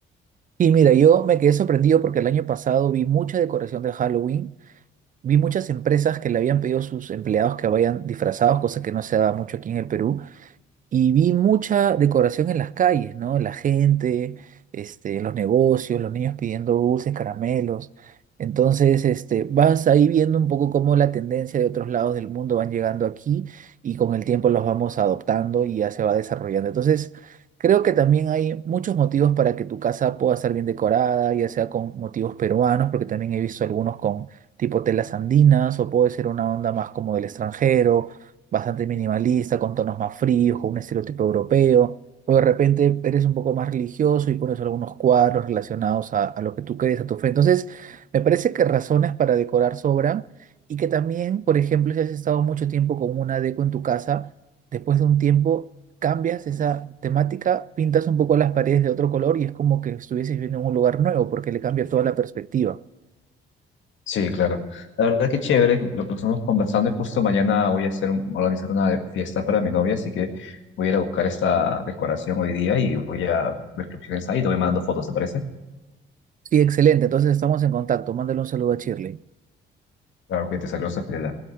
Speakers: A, on the right; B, on the left.
A: Y mira, yo me quedé sorprendido porque el año pasado vi mucha decoración de Halloween, vi muchas empresas que le habían pedido a sus empleados que vayan disfrazados, cosa que no se da mucho aquí en el Perú. y vi mucha decoración en las calles, ¿no? La gente, este, los negocios, los niños pidiendo dulces, caramelos. Entonces, este, vas ahí viendo un poco cómo la tendencia de otros lados del mundo van llegando aquí y con el tiempo los vamos adoptando y ya se va desarrollando. Entonces, creo que también hay muchos motivos para que tu casa pueda estar bien decorada, ya sea con motivos peruanos, porque también he visto algunos con tipo telas andinas o puede ser una onda más como del extranjero bastante minimalista, con tonos más fríos, con un estereotipo europeo, o de repente eres un poco más religioso y pones algunos cuadros relacionados a, a lo que tú crees, a tu fe. Entonces, me parece que razones para decorar sobran y que también, por ejemplo, si has estado mucho tiempo con una deco en tu casa, después de un tiempo cambias esa temática, pintas un poco las paredes de otro color y es como que estuvieses viendo en un lugar nuevo porque le cambia toda la perspectiva.
B: Sí, claro. La verdad que chévere, lo que estamos conversando y justo mañana voy a hacer un- organizar una de- fiesta para mi novia, así que voy a ir a buscar esta decoración hoy día y voy a ver qué opciones hay y te voy mandando fotos, ¿te parece?
A: Sí, excelente. Entonces estamos en contacto. Mándale un saludo a Shirley.
B: Claro, cuídate, saludos a Fiorella.